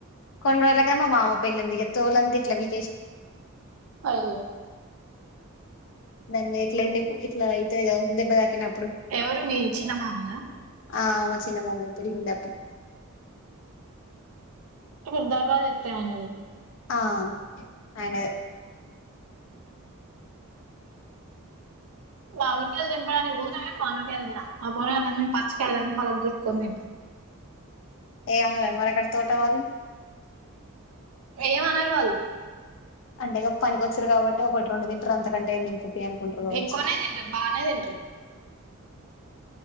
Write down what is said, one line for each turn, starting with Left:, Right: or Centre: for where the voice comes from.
Left: కొన్ని రోజులకీ మా మామ పెళ్ళుంది ఇగ తోలంది ఇట్లవి
Right: అయ్యో
Left: దమ్ ఇట్లెండి ఇట్లా <unintelligible> ఇద ఉందెబ్బ దాకనా
Right: ఎవరు మీ చిన్నమామనా
Left: ఆ అ మా చిన్నమామ పెళ్లుండే అప్పుడు
Right: గురు దరబ ఎతే ఏది <unintelligible>
Left: ఆ అయనది
Right: మామిడికాయలు తింపడానికి పోదు కాని మామిడికాయలు తిన ఆ పొరా వాళ్ళందరరు పచ్చకాయాలని పలగొట్టుకని తింటాారు
Left: ఏ మరక్కడ తోట వాళ్ళు
Right: ఏమనారు వల్
Left: అంటే పనికొచ్చారు కాబట్టి ఒకటి రెండు ద అంతకంటే ఎం తింటారు తీ అనుకుంటారు కావచ్చు
Right: ఎక్కువనే తింటారు బానే తింటారు